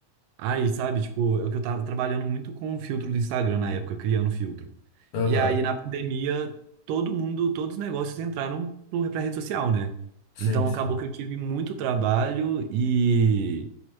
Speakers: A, on the right; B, on the left.
A: Aí, sabe, tipo, eu, que eu tava trabalhando muito com o filtro do Instagram na época, criando filtro.
B: aham,
A: E aí, na pandemia, todo mundo, todos os negócios entraram pro- pra rede social, né?
B: sim,
A: Então,
B: sim.
A: acabou que eu tive muito trabalho e